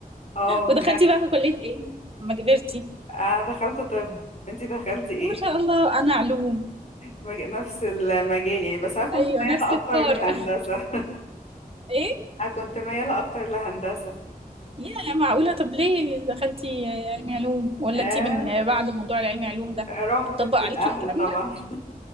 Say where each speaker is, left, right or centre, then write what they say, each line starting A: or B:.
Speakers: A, on the left (about 45°); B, on the right (about 40°).
A: اه بجد
B: ودخلتي بقى كلية ايه لما كبرتي
A: أنا دخلت طب أنتي دخلتي إيه؟
B: ما شاء الله أنا علوم
A: مج- نفس المجال يعني بس انا كنت
B: أيوة
A: مياله
B: نفس
A: اكتر
B: الكار
A: لهندسه
B: <laughs> ايه
A: انا كنت مياله اكتر لهندسه
B: يا معقولة طب ليه دخلتي علمي علوم ولا
A: آه
B: انتي من بعد موضوع العلمي علوم ده
A: رغبه
B: اتطبق عليكي
A: الاهل
B: الكلام
A: طبعا
B: ده؟